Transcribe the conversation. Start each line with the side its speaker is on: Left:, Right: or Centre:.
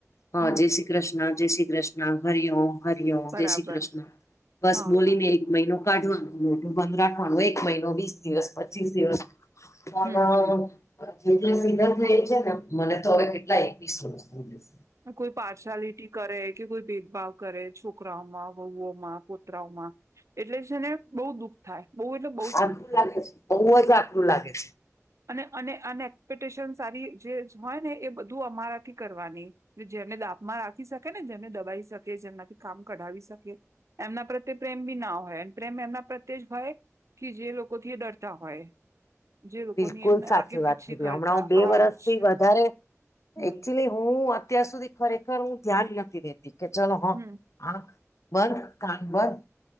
Left: હ
Right: હમ
Left: જેસી કૃષ્ણ જય શ્રી કૃષ્ણ હરિ ઓમ હરિ ઓમ
Right: બરાબર
Left: જય શ્રી કૃષ્ણ બસ
Right: હા
Left: બોલીને
Right: હા
Left: એક મહિનો કાઢવાનું મોઢુ બંધ રાખવાનું એક મહિનો વીસ દિવસ પચીસ દિવસ <unintelligible>
Right: હમ હમ
Left: સીધા થઈ છે ને મને તો હવે કેટલા એકવીસો થઈ જશે
Right: કોઈ પાર્શલિટી કરે કે કોઈ ભેદભાવ કરે છોકરાઓમાં વહુઓમાં પુત્રરાઓમાં એટલે છે ને બહુ દુઃખ થાય બહુ એટલે બહુ જ
Left: આકરું
Right: દુઃખ થાય
Left: લાગે છે બહુ જ આકરું લાગે છે.
Right: અને અને અને એક્સપેક્ટેશન સારી જે હોય ને એ બધું અમારા નક્કી કરવાની જેમને દાબમાં રાખી શકે ને જેમને દબાવી શકે જેમનાથી કામ કઢાવી શકે એમના પ્રત્યે પ્રેમ ભી ના હોય પ્રેમ એમના પ્રત્યે જ હોય થી જે લોકો થી ડરતા હોય જે લોકોની
Left: બિલકુલ
Right: એમ
Left: સાચી
Right: આગે
Left: વાત
Right: પીછી
Left: કીધી
Right: કરતા
Left: હમણાં હું બે
Right: આવું
Left: વરષથી
Right: જ છે
Left: વધારે
Right: હમ
Left: એકચુલી હું અત્યાર સુધી ખરેખર હું ધ્યાન નથી દેતી કે ચલો હા.
Right: હમ
Left: આંખ બંધ કાન બંધ